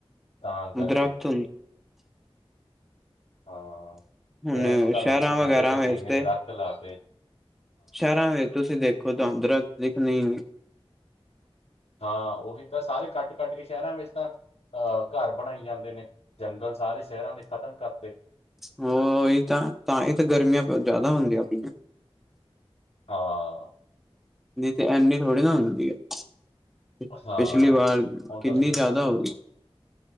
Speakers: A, on the left; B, in the centre.
A: ਤਾਂ ਕਰਕੇ
B: ਦਰੱਖਤ
A: ਹਾਂ
B: ਹੁਣ
A: ਕਹਿਣ ਨੂੰ ਤਾਂ
B: ਸ਼ਹਿਰਾਂ
A: ਲੋਕੀ ਕਹਿੰਦੇ
B: ਵਗੈਰਾ
A: ਕਿ ਅਸੀਂ
B: ਵਿੱਚ
A: ਇਨੇ
B: ਤੇ
A: ਦਰਥਤ ਇਤਲਾਫ਼ੇ
B: ਸ਼ਹਿਰਾਂ ਵਿੱਚ ਤੁਸੀਂ ਦੇਖੋ ਤੁਹਾਨੂੰ ਦਰਥਤ ਦਿਖਣੇ ਨੀ।
A: ਹਾਂ ਉਹੀ ਤਾਂ ਸਾਰੇ ਕੱਟ-ਕੱਟ ਕੇ ਸ਼ਹਿਰਾਂ ਵਿੱਚ ਤਾਂ ਅਹ ਘਰ ਬਣਾਈ ਜਾਂਦੇ ਨੇ। ਜੰਗਲ ਸਾਰੇ ਸ਼ਹਿਰਾਂ ਦੇ ਖ਼ਤਮ ਕਰਤੇ।
B: ਹੋ ਉਹੀ ਤਾਂ, ਤਾਂ ਹੀ ਤਾਂ ਗਰਮੀਆਂ ਜ਼ਿਆਦਾ ਹੁੰਦੀਆਂ ਪਈਆਂ।
A: ਹਾਂ।
B: ਨਹੀਂ ਤੇ ਇਨੀ ਥੋੜ੍ਹੀ ਨਾ ਹੁੰਦੀ ਐ,
A: ਹਾਂ
B: ਪਿਛਲੀ ਵਾਰ
A: ਹੁਣ
B: ਕਿੰਨੀ
A: ਤਾਂ ਦਿਨੋਂ
B: ਜ਼ਿਆਦਾ ਹੋ ਗਈ।